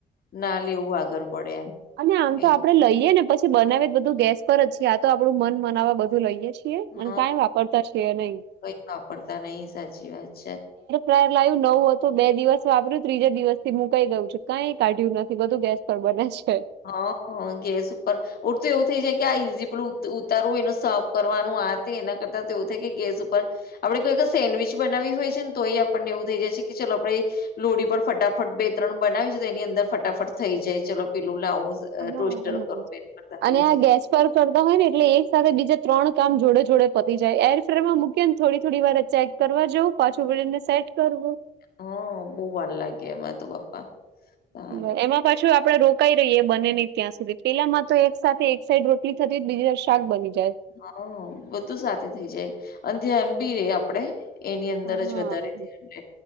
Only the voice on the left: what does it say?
ના લેવું, આગળ પડે એમ.
એ
હા
કઈ વાપરતા નહી સાચી વાત છે
હા, ગેસ ઉપ ઉપર ઓર તો એવું થઈ જાય કે, આ ઈઝી, પલું ઉતારવું એનું સાફ કરવાનું, આ તે એના કરતા તો એવું થાય કે ગેસ ઉપર આપડે કોઈ સેન્ડવીચ બનાવી હોય છે ને, તો એ આપણને એવું થઈ જાય છે કે, ચાલો, આપણેે લોડી પર ફટાફટ બે-ત્રણ બનાવી છે, તો તેની અંદર ફટાફટ થઈ જાય. ચલો, પેલું લાવું. અ
ટોસ્ટર
કરો પેન કરતા તેવું
થઈ‌.
હ, બહુ વાર લાગે એમાં તો, બાપા. તાર
હા, બધું સાથે થઇ જાય અને ધ્યાન બી રે આપડે. એની અંદર
જ વધારે ધ્યાન રહે.